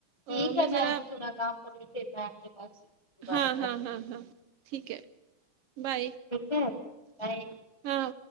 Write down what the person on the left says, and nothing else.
ٹھیک
ہے
میں تھورا کام کروں پھر میں آپ کے پاس دوبارہ
کول
کر
ٹھیک ہے بائے